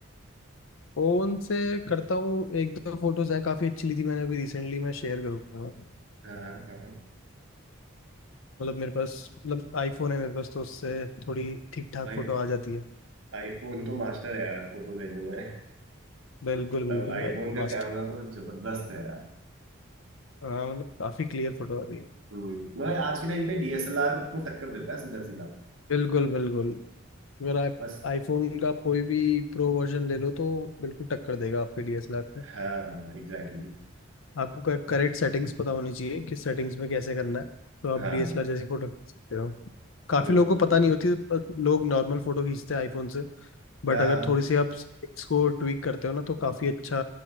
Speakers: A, on the left; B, on the right.
A: फोन से करता हूँ एक दो फोटोज हैं काफी अच्छी ली थी मैंने अभी रिसेंटली मैं शेयर करूंगा
B: हाँ हाँ हाँ।
A: मतलब मेरे पास मतलब आईफोन है मेरे पास तो उससे थोड़ी ठीक ठाक
B: भाई
A: फोटो आ जाती है
B: आईफोन तो मास्टर है यार फोटो लेने में
A: बिल्कुल बिल्कुल
B: तब आईफोन
A: भाई
B: का
A: मस्त
B: कैमरा तो जबरदस्त है
A: हाँ मतलब काफी क्लियर फोटो आती है
B: हम्म, वह आज के टाइम पे डीएसएलआर को टक्कर देता है सीधा सीधा
A: बिल्कुल बिल्कुल अगर आप
B: बस
A: आईफोन का कोई भी प्रो वर्जन ले लो तो बिल्कुल टक्कर देगा आपके डीएसएलआर पे
B: हाँ एग्जैक्टली
A: आपको करेक्ट सेटिंग्स पता होनी चाहिए कि सेटिंग्स में कैसे करना है तो आप
B: हाँ
A: डीएसएलआर जैसी फोटो खींच सकते हो काफी
B: बिल्कुल
A: लोगों को
B: बिल्कुल
A: पता नहीं होती पर लोग नॉर्मल फोटो खींचते हैं आईफोन से बट
B: हाँ
A: अगर थोड़ी सी आप सेटिंग्स को ट्विक करते हो ना तो काफी अच्छा